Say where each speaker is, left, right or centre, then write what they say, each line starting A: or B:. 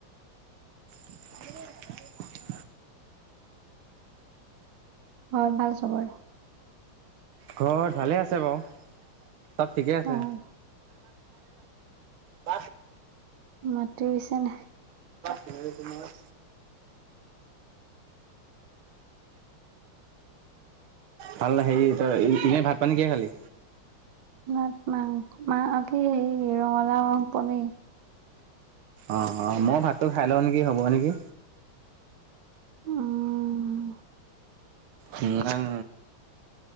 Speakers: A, on the right; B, on the right.
A: স।
B: হয় ভাল চবৰে।
A: ঘৰত ভালে আছে বাৰু। চব ঠিকে আছে
B: অ',
A: ভ।
B: মাত পিছে ন।
A: সমাৰ ভাল হেৰি তই এনেই ভাত পানী কি খালি।
B: মাত মাংস মা কি হেৰি ৰঙালাও পন।
A: অ অ মই ভাতটো খাই লওঁ নেকি হ'ব নেকি?
B: উম।
A: উম।